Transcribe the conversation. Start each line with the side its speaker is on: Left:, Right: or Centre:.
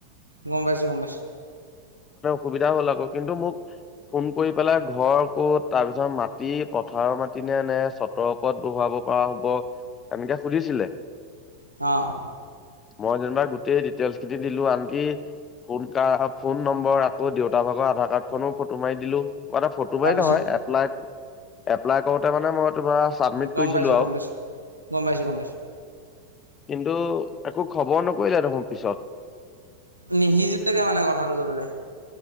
Right: গম পাইছোঁ, গম পাইছোঁ।
Left: সুবিধা হ'ল আকৌ। কিন্তু, মোক ফোন কৰি পেলাই ঘৰ ক'ত? তাৰপিছত, মাটি পথাৰৰ মাটি নে, চতৰ ওপৰত বহুৱাব পৰা হ'ব তেনেকে সুধিছিলে।
Right: অ'!
Left: মই যেনিবা গোটেই ডিটেইলচ খিনি দিলোঁ। আনকি ফোন কাৰ, ফোন নম্বৰ আকৌ, দেউতা ভাগৰ আধাৰ কাৰ্ড খনো ফটো মাৰি দিলোঁ। মই এটা ফটো
Right: তাৰপিছত
Left: মাৰি নহয়। এপ্লাই, এপ্লাই কৰোঁতে মানে, মই তোমাৰ চাবমিট
Right: গম
Left: কৰিছিলোঁ
Right: পাইছো
Left: আৰু।
Right: গম পাইছো গম পাইছো গম পাইছো
Left: কিন্তু, একো খবৰ নকৰিলে দেখোন পিছত।
Right: নিসিজিলেগে মানে, কথাটো গৈ পেলাই।